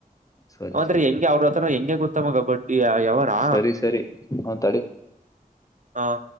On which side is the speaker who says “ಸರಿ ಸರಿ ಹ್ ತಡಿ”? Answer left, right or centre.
Left